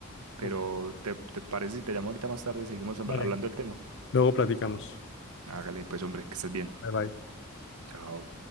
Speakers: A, on the right (about 85°); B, on the left (about 55°).
A: pero
B: Ok.
A: ¿te, te parece si te llamo ahorita más tarde y seguimos habla-
B: Dale.
A: hablando del tema?
B: Luego platicamos. Que
A: Hágale,
B: estés-
A: pues, hombre, que estés bien.
B: Bye bye.
A: Chao.